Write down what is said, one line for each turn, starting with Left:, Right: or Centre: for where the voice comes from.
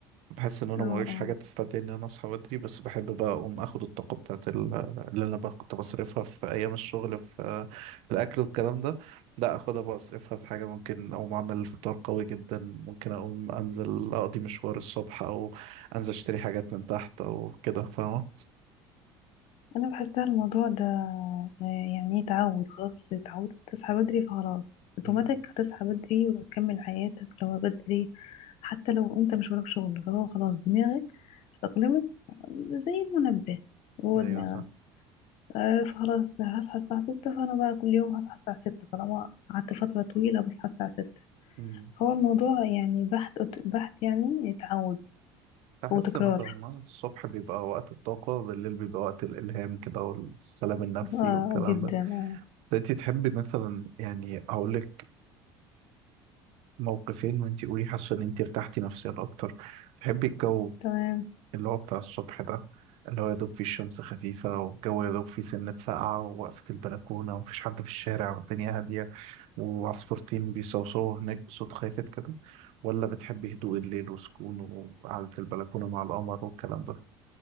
Right: بحس ان انا
Left: اه
Right: موريش
Left: اه
Right: حاجه تستدعي ان انا اصحى بدري بس بحب بقى اقوم اخد الطاقه بتاعت ال- اللي انا بقى كنت بصرفها في ايام الشغل في في الاكل والكلام ده لا اخدها بقى اصرفها في حاجه ممكن اقوم اعمل فطار قوي جدا ممكن اقوم انزل اقضي مشوار الصبح او انزل اشتري حاجات من تحت او كده فاهمه
Left: انا بحسها الموضوع ده آه، يعني إيه تعود خلاص اتعودت تصحى بدري فخلاص اوتوماتيك
Right: امم
Left: هتصحى بدري وتكمل حياتك لو بدري حتى لو انت مش وراك شغل فهو خلاص دماغك اتأقلمت زي المنبه جوه
Right: ايوه
Left: دماغك
Right: صح
Left: آه فخلاص هصحى الساعة ستة فأنا بقى كل يوم هصحى الساعة ستة طالما قعدت فترة طويلة بصحى الساعة ستة
Right: امم
Left: هو الموضوع يعني بحث بحث يعني تعود
Right: احس
Left: وتكرار
Right: مثلا الصبح بيبقى وقت الطاقه بالليل بيبقى وقت الالهام كده والسلام النفسي
Left: اه
Right: والكلام
Left: جدا
Right: ده
Left: اه
Right: انت تحبي مثلا يعني اقول لك موقفين وانت قولي حاسه ان انت ارتحتي نفسيا اكتر تحبي الجو
Left: تمام
Right: اللي هو بتاع الصبح ده اللي هو يا دوب فيه الشمس خفيفة والجو يا دوب فيه سنة ساقعة ووقفة البلكونة ومفيش حد في الشارع والدنيا هادية وعصفورتين بيصوصوا هناك بصوت خافت كده ولا بتحبي هدوء الليل وسكون وقعدة البلكونة مع القمر والكلام ده